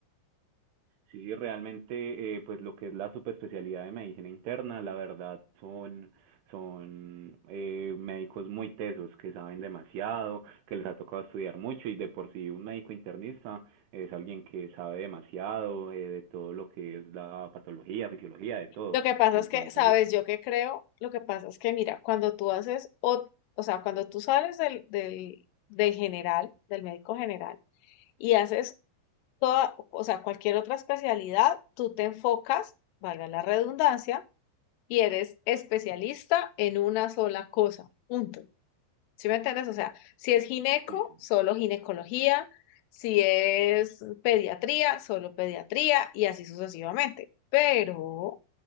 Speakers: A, on the right (about 70°); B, on the left (about 80°).
A: Sí, realmente, eh, pues lo que es la subespecialidad de medicina interna, la verdad, son, son eh, médicos muy tesos, que saben demasiado, que les ha tocado estudiar mucho y de por sí un médico internista es alguien que sabe demasiado eh, de todo lo que es la patología, fisiología, de todo.
B: Lo que pasa
A: Entonces,
B: es que, sabes, yo que creo, lo que pasa es que, mira, cuando tú haces, o, o sea, cuando tú sales del, del, del general, del médico general, y haces toda, o sea, cualquier otra especialidad, tú te enfocas, valga la redundancia, y eres especialista en una sola cosa, punto. ¿Sí me entiendes? O sea, si es gineco,
A: sí, sí.
B: solo ginecología, si es pediatría, solo pediatría y así sucesivamente. Pero